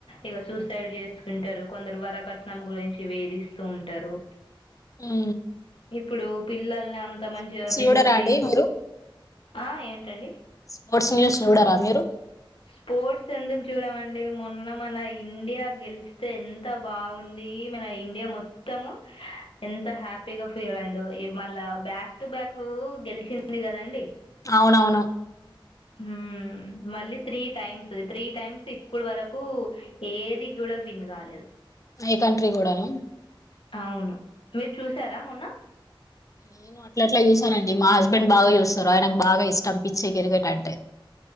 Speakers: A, on the left; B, on the left.
A: ఇక సూసైడ్ చేసుకుంటారు కొందరు వరకట్నం గురించి వేధిస్తూ ఉంటారు
B: హు
A: ఇప్పుడు పిల్లల్ని అంత మంచిగ పెంచి
B: చూడరా అండి మీరు
A: ఆ ఏంటండి
B: స్పోర్ట్స్ న్యూస్ చూడర మీరు
A: స్పోర్ట్స్ ఎందుకు చూడమండి మొన్న మన ఇండియా గెలిస్తే ఎంత బాగుంది మన ఇండియా మొత్తము ఎంత హ్యాపీగా ఫీల్ అయిందో మళ్ళా బ్యాక్ టు బ్యాక్ గెలిచింది కదండి
B: అవునవును
A: హు మళ్ళీ త్రీ టైమ్స్ త్రీ టైమ్స్ ఇప్పుడు వరకు ఏది కూడ విన్ కాలేదు
B: ఏ కంట్రీ కూడన
A: అవును మీరు చూసార మొన్న
B: నేను అట్ల అట్ల చూసానండి మా హస్బెండ్ బాగ చూస్తారు ఆయనకు బాగా ఇష్టం పిచ్చే కిర్కెట్ అంటే